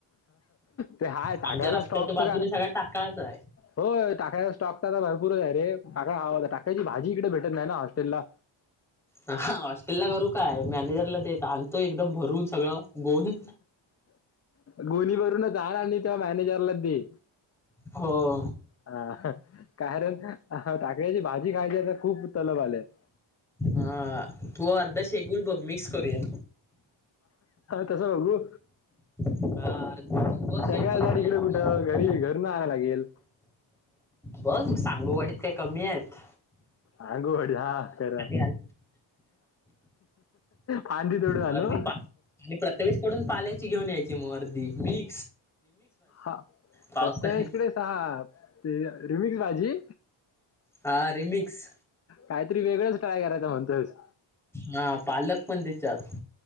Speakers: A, on the left; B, in the centre.
A: ते हाय टाकळ्याचा
B: आमच्या रस्त्याच्या
A: स्टॉक
B: बाजूने
A: तर का
B: सगळा टाकलाच हाय.
A: होय टाकळ्याचा स्टॉक <unintelligible> भरपूरच हाय रे टाकळा हवा होता टाकायची भाजी इकडे भेटत नाय ना हॉस्टेलला.
B: ह हॉस्टेल ला करू काय मॅनेजरला देत आण ते एकदम भरून सगळं गोन
A: गोन्ही भरून धार आणील तेव्हा मॅनेजरला दे
B: हो.
A: हा कारण टाकळ्याची भाजी खायची आता खूप तलब आलेय. <inaudible>
B: हां तू अर्ध शेगुल बग मिक्स करूया.
A: तस बघू
B: हा, अर- तू बघ
A: सगळ्या
B: शेगुल ती
A: साट इकडं
B: मी
A: कुठं
B: आणतो
A: घरी घरणं आणवा लागेल.
B: बस सांगोवाडीत काय कमी येत.
A: <inaudible> आंगवाडी हा खरा
B: घाल
A: फांदी तोडून
B: अर्धी
A: आणु.
B: पा आणि प्रथमेश कडून पाल्याची घेऊन यायची मग अर्दी मी
A: हा
B: पावसाळी
A: प्रथमेश कडे सहा ते रिमिक्स भाजी
B: हा रिमिक्स
A: कायतरी वेगळंच ट्राय करायचां म्हणतोयस.
B: मा पालक पण त्याच्यात